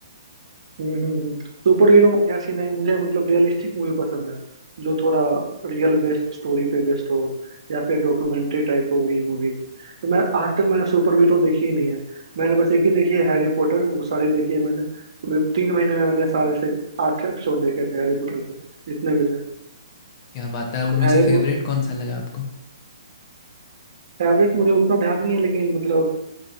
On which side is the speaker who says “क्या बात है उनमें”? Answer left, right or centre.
Left